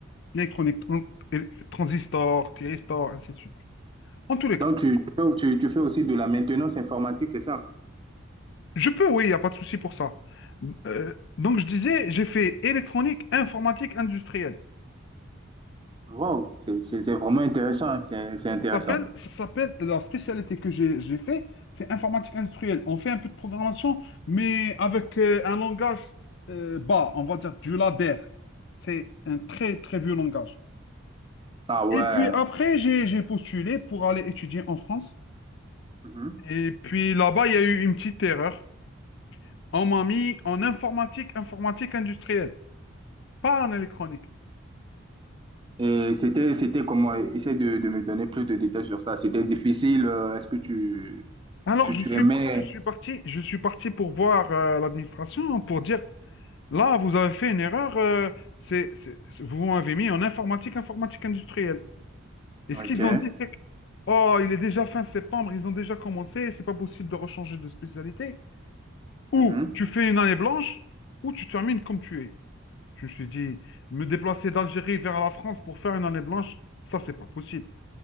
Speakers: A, on the left; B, on the right.
A: L'électronique, tran- et- transistor, thyristor, ainsi de suite. En tous les cas.
B: Donc, tu, tu fais tu- tu fais aussi de la maintenance informatique, c'est ça?
A: Je peux, oui, il n'y a pas de souci pour ça. Euh, donc, je disais, j'ai fait électronique, informatique industrielle.
B: Wow, c'est c'est- c'est vraiment intéressant, hein, C'est c'est intéressant.
A: Ça s'appelle, ça s'appelle- la spécialité que j'ai, j'ai fait, c'est informatique industrielle. On fait un peu de programmation, mais avec euh, un langage euh, bas, on va dire du ladder. C'est un très, très vieux langage.
B: Ah ouais.
A: Et puis après, j'ai, j'ai postulé pour aller étudier en France.
B: Mhm.
A: Et puis là-bas, il y a eu une petite erreur. On m'a mis en informatique, informatique industrielle, pas en électronique.
B: Et c'était, c'était comment? Essaie de, de me donner plus de détails sur ça. C'était difficile. euh, Est-ce que tu,
A: Alors,
B: tu,
A: je
B: tu
A: suis,
B: aimais?
A: je suis parti, je suis parti pour voir euh, l'administration hein, pour dire, là, vous avez fait une erreur, euh, c'est, c'est- c'est- vous m'avez mis en informatique, informatique industrielle. Et
B: Ok.
A: ce qu'ils ont dit, c'est que, oh, il est déjà fin septembre, ils ont déjà commencé, c'est pas possible de rechanger de spécialité. Ou
B: Mhm.
A: tu fais une année blanche, ou tu termines comme tu es. Je me suis dit, me déplacer d'Algérie vers la France pour faire une année blanche, ça, c'est pas possible.